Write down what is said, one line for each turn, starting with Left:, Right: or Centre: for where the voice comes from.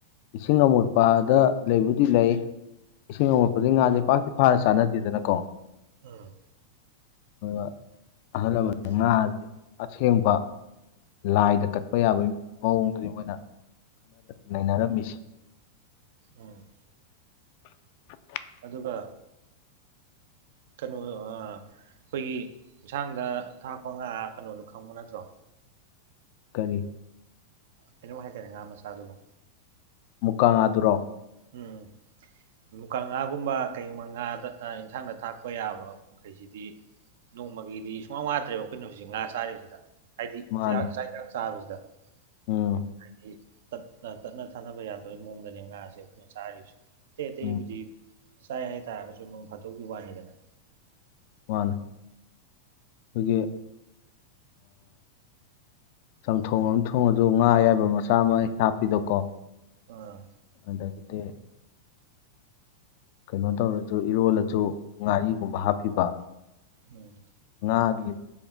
Left: ꯏꯁꯤꯡ ꯑꯃꯣꯠꯄꯗ ꯂꯩꯕꯨꯗꯤ ꯂꯩ ꯏꯁꯤꯡ ꯑꯃꯣꯠꯄꯗꯤ ꯉꯥꯁꯦ ꯄꯥꯛꯇꯤ ꯐꯥꯅ ꯆꯥꯅꯗꯦꯗꯅꯀꯣ
Right: ꯎꯝ
Left: ꯑꯗꯨꯒ ꯑꯍꯜ ꯂꯃꯟ ꯉꯥ ꯑꯁꯤ ꯑꯁꯦꯡꯕ ꯂꯥꯏꯗ ꯀꯠꯄ ꯌꯥꯕꯒꯤ ꯃꯑꯣꯡꯗꯨꯗꯤ ꯃꯣꯏꯅ ꯅꯩꯅꯔꯝꯃꯤꯁꯦ
Right: ꯎꯝ
Left: <unintelligible>
Right: ꯑꯗꯨꯒ ꯀꯩꯅꯣ ꯑꯩꯈꯣꯏꯒꯤ ꯌꯦꯟꯁꯥꯡꯗ ꯊꯥꯛꯄ ꯉꯥ ꯀꯩꯅꯣꯗꯣ ꯈꯪꯕ ꯅꯠꯇ꯭ꯔꯣ
Left: ꯀꯔꯤꯦ
Right: ꯀꯩꯅꯣꯝ ꯍꯥꯏꯇꯥꯔꯦ ꯉꯥ ꯃꯆꯥꯗꯨꯕꯣ
Left: ꯃꯨꯛꯀꯥꯗꯨꯔꯣ
Right: ꯎꯝ ꯎꯝ ꯃꯨꯀ ꯉꯥꯒꯨꯝꯕ ꯀꯩꯒꯨꯝꯕ ꯉꯥꯗ ꯑꯦꯟꯁꯥꯡꯗ ꯊꯥꯛꯄ ꯌꯥꯕ ꯃꯈꯈꯩꯁꯤꯗꯤ ꯅꯣꯡꯃꯒꯤꯩꯗꯤ ꯁꯨꯡꯃꯥꯡ ꯋꯥꯠꯇ꯭ꯔꯦꯕ ꯑꯩꯈꯣꯏꯅ ꯍꯧꯖꯤꯛ ꯉꯥ ꯆꯥꯔꯤꯁꯤꯗ ꯍꯥꯏꯗꯤ
Left: ꯃꯥꯅꯦ
Right: ꯁꯥꯏꯀꯜ ꯆꯥꯕꯁꯤꯗ
Left: ꯎꯝ
Right: ꯑꯣ ꯇꯠꯅ ꯇꯠꯅ ꯊꯥꯅꯕ ꯌꯥꯗꯣꯏ ꯃꯑꯣꯡꯗꯅꯦ ꯉꯥꯁꯦ <unintelligible> ꯊꯇꯩ
Left: ꯎꯝ
Right: ꯍꯧꯖꯤ ꯆꯥꯏ ꯍꯥꯏꯩꯇꯥꯥꯔꯒꯁꯨ ꯅꯣꯡ ꯐꯥꯠꯇꯣꯛꯒꯤ ꯋꯥꯅꯤꯗꯅ
Left: ꯃꯥꯅꯤ ꯑꯩꯈꯣꯏꯒꯤ ꯆꯝꯊꯣꯡ ꯑꯃ ꯊꯣꯡꯉꯁꯨ ꯉꯥ ꯑꯌꯥꯏꯕ ꯃꯆꯥ ꯑꯃ ꯍꯥꯞꯄꯤꯗꯀꯣ
Right: ꯑꯥ
Left: ꯑꯗꯗꯤ ꯀꯩꯅꯣ ꯇꯧꯔꯁꯨ ꯏꯔꯣꯜꯂꯁꯨ ꯉꯥꯔꯤꯒꯨꯝꯕ ꯍꯥꯞꯄꯤꯕ
Right: ꯎꯝ
Left: ꯉꯒꯤ